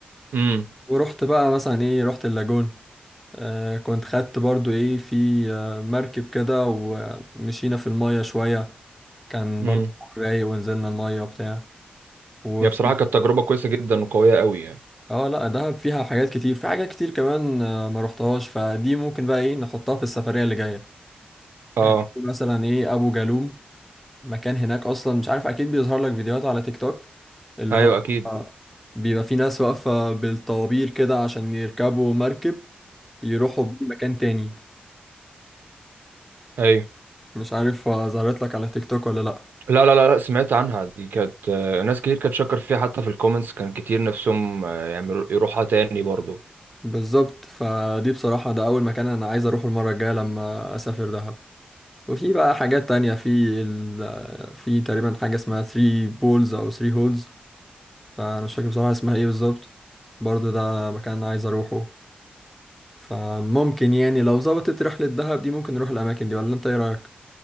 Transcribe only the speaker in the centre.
ورحت بقى مثلا ايه رحت اللاجون آه كنت خدت برضو ايه في آه مركب كده ومشينا في المية شوية كان
برضو رايق ونزلنا المية وبتاع وفي
اه لا دهب فيها حاجات كتير في حاجات كتير كمان آه، ما رحتهاش فدي ممكن بقى ايه نحطها في السفرية اللي جاية
يعني في مثلا ايه ابو جالوم مكان هناك اصلا مش عارف اكيد بيظهر لك فيديوهات على تيك توك اللي
هو
بيبقى في ناس واقفة بالطوابير كده عشان يركبوا مركب يروحوا بيه مكان تاني
مش عارف ظهرت لك على تيك توك ولا لأ
بالظبط فدي بصراحة ده أول مكان أنا عايز أروحه المرة الجاية لما أسافر دهب وفي بقى حاجات تانية في ال... في تقريبا حاجة اسمها 3 بولز أو 3 هولز فأنا مش فاكر بصراحة اسمها إيه بالظبط برضه ده مكان عايز أروحه فممكن يعني لو ظبطت رحلة دهب دي ممكن نروح الأماكن دي ولا أنت إيه رأيك؟